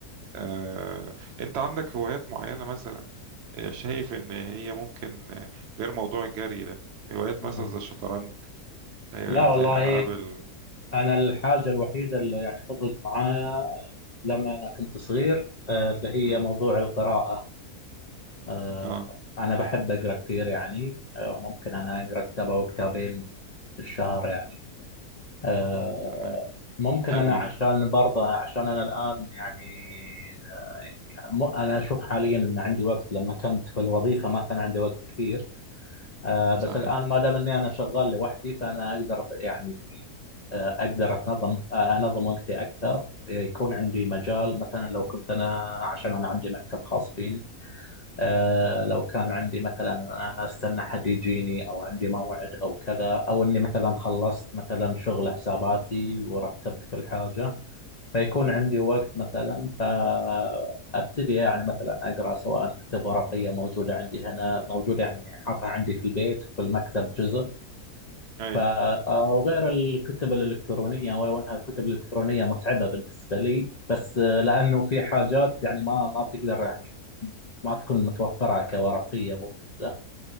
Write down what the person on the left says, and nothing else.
مم.
لا والله
أنا الحاجة الوحيدة اللي يعني فضلت معايا لما أنا كنت صغير آه، اللي هي
موضوع القراءة آه،
أنا بحب أقرأ كثير يعني آه، ممكن أنا أقرأ كتاب أو كتابين في الشهر يعني آه،
ممكن
أنا عشان
برضه عشان أنا الآن يعني آه، م- أنا أشوف حاليا أن عندي وقت لما كنت في الوظيفة ما كان عندي وقت كثير آه بس
الآن ما دام إني أنا شغال لوحدي فأنا أقدر يعني آه أقدر أتنظم آه أنظم وقتي أكثر يكون عندي مجال مثلا لو كنت أنا عشان أنا عندي مكتب خاص فيني آه لو كان عندي مثلا أنا أستنى حد يجيني أو عندي موعد أو كذا أو إني مثلا خلصت مثلا شغل حساباتي ورتبت كل حاجة فيكون
عندي وقت مثلا فابتدي يعني مثلا اقرا سواء كتب ورقيه موجوده عندي هنا موجوده يعني حاطها عندي في البيت وفي المكتب جزء
ف او غير الكتب الالكترونيه ولو انها الكتب الالكترونيه متعبه بالنسبه لي بس آه، لانه في حاجات يعني ما ما تقدر يعني ما تكون متوفره كورقيه موجوده